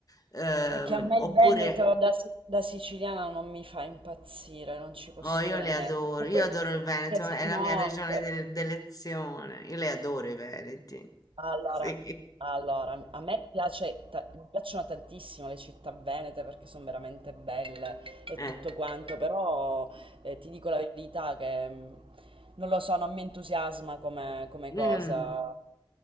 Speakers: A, on the left; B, on the right.
A: ehm,
B: È che a me
A: oppure...
B: il Però Veneto da, si- da siciliana non mi fa impazzire, non ci posso
A: Oh, io
B: fare
A: le
B: niente.
A: adoro,
B: E
A: io
B: poi,
A: adoro il Veneto,
B: che si-
A: è
B: no,
A: la mia regione
B: che-
A: de- d'elezione, io le adoro i Veneti.
B: allora,
A: <laughs> Sì.
B: allora, a me piace, ta- mi piacciono tantissimo le città venete perché sono veramente belle e
A: Eh.
B: tutto quanto, però eh, ti dico la verità che mm, non lo so, non mi entusiasma come, come
A: Mm.
B: cosa.